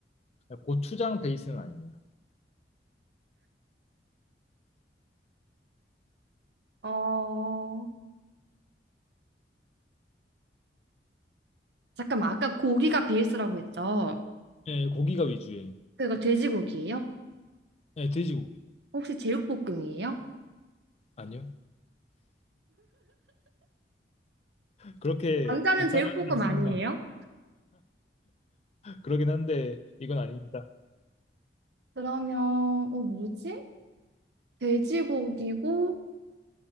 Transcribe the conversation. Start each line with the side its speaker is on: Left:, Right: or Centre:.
Left: 고추장 베이스는 아니에요.
Right: 어, 잠깐만. 아까 고기가 베이스라고 했죠?
Left: 네, 고기가 위주예요.
Right: 그거 돼지고기예요?
Left: 네, 돼지고기.
Right: 혹시 제육볶음이에요?
Left: 아니요. 그렇게
Right: 당자는
Left: 간단하진
Right: 제육볶음
Left: 않습니다.
Right: 아니에요?
Left: 그러긴 한데 이건 아닙니다.
Right: 그러면, 어, 뭐지? 돼지고기고,